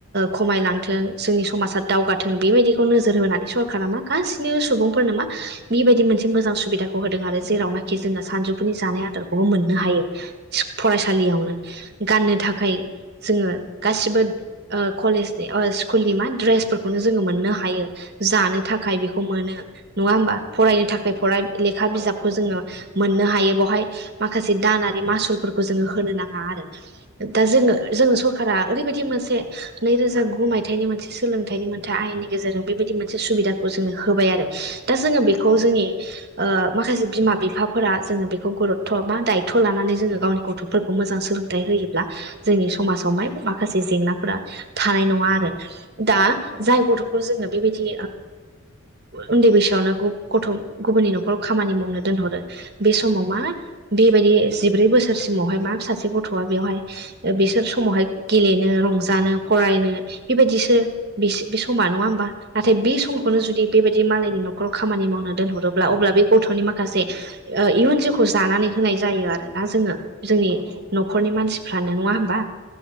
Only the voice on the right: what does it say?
खमायलांथों ओ जोंनि समाजाव दावगाथों बेबादिखौनो नोजोर होनानै सरखारा मा गासिबो सुबुंफोरनो मा बे बायदि मोनसे मोजां सुबिदाखौ होदों आरो।
जेरावना
जोङो सानजौफुनि जानाय आदारखौबो मोननो हायो। फरायसालियावनो गाननो थाखाय जोङो गासिबो कलेजनि स्कुलनि मा दड्रेसफोरखौनो जोङो मोननो हायो। जानो थाखाय बेखौ मोनो नङा होमबा फरायनो थाखाय फराय लेखा
बिजाबखौ
जोङो
ओ मोननो हायो बेावहाय माखासे दानारि मासुलफोरखौ जोङो होनो नाङा आरो। दा जोङो जोङो सरकारा ओरैबायदि मोनसे नैरोजा गु मायथाइनि मोनसे सोलोंथाइनि मोनसे आयेननि गेजेरजों बे बायदि मोनसे सुबिदाखौ जोंनो होबाय आरो। दा जोङो बेखौ
जोंनि माखासे बिमा बिफाफोरा जोङो बेखौ गुरुतथ' बा दायोथ' लानानै जोङो गावनि गथ' फोरखौ मोजां सोलोंथाइ होयो। जोंनि समाजावाय माखासे जेंनाफोरा थानाय नङा आरो। दा
जाय गथ'खौ जोङो बे बायदि उन्दै बैसोआवनो गथ' गुबुननि न'खराव खामानि मावनो दोनहरो। बे समाव मा बे बायदि जिब्रै बोसोरसिमावहाय मा सासे गथ'आ बेवहाय बिसोर समावहाय गेलेनो रंजानो फरायनो बे बायदिसो बे बे समा नङा होमबा। नाथाय बे समखौनो
जुदि बे बायदि जुदि मालायनि न'खराव खामानि मावनो दोनहरोब्ला अब्ला बे गथ'नि माखासे इयुन जिउखौ जानानै होनाय जायो आरोना जोङो जोंनि
न'खरनि मानसिफ्रानो नङा होमबा